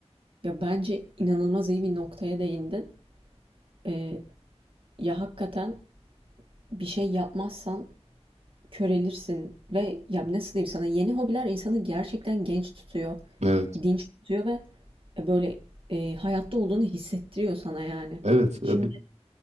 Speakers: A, on the right (about 55°); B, on the right (about 85°).
A: Ya bence inanılmaz iyi bir noktaya değindin. Ee, ya hakikaten bir şey yapmazsan körelirsin ve ya nasıl diyeyim sana yeni hobiler insanı gerçekten genç tutuyor,
B: Evet.
A: dinç tutuyor ve e, böyle e, hayatta olduğunu hissettiriyor sana yani.
B: Evet. Tabii
A: Şimdi